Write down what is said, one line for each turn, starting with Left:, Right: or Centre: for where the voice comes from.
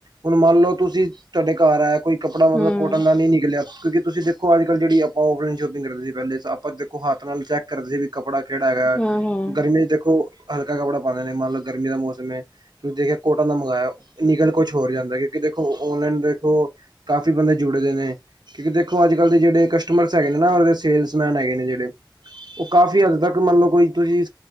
Right: ਹੁਣ ਮੰਨ ਲਓ ਤੁਸੀਂ ਤੁਹਾਡੇ ਘਰ ਆਇ ਕੋਈ ਕੱਪਰਾ ਮਤਲਬ
Left: ਹੂੰ,
Right: ਕੋਟਨ ਦਾ ਨਿ ਨਿਕਲੀਆ ਕਿਉਂਕਿ ਤੁਸੀਂ ਦੇਖੋ ਅੱਜ ਕੱਲ ਜਿਹੜੀ ਆਪਾਂ ਔਫਲਾਈਨ ਸ਼ੋਪਿੰਗ ਕਰਦੇ ਸੀ ਅਨਲੈਸ ਆਪਾਂ ਤੇ ੋ ਹੱਥ ਨਾਲ ਚੈੱਕ ਕਰਦੇ ਸੀ ਵੀ ਕੱਪੜਾ ਕਿਹੜਾ ਹੈਗਾ
Left: ਹੂੰ, ਹੂੰ,
Right: ਗਰਮੀ ਚ ਦੇਖੋ ਹਲਕਾ ਕੱਪੜਾ ਪਾਉਂਦੇ ਨੇ ਮੰਨ ਲਓ ਗਰਮੀ ਦਾ ਮੌਸਮ ਹੈ ਤੁਸੀਂ ਦੇਖਿਆ ਕੋਟਨ ਦਾ ਮੰਗਵਾਇਆ ਨਿਕਲ ਕੁਛ ਹੋਰ ਜਾਂਦਾ ਕਿਉਂਕਿ ਦੇਖੋ ਔਨਲਾਈਨ ਦੇਖੋ ਕਾਫ਼ੀ ਬੰਦੇ ਜੁੜੇ ਦੇ ਨੇ ਕਿਉਂਕਿ ਦੇਖੋ ਅੱਜ ਕੱਲ੍ਹ ਦੇ ਜਿਹੜੇ ਕਸਟਮਰਸ ਹੈਗੇ ਨੇ ਨਾ ਉਹਦੇ ਸੇਲਸਮੈਨ ਹੈਗੇ ਨੇ ਜਿਹੜੇ। ਉਹ ਕਾਫ਼ੀ ਹੱਦ ਤੱਕ ਮੰਨਲਓ ਕੋਈ ਤੁਸੀਂ।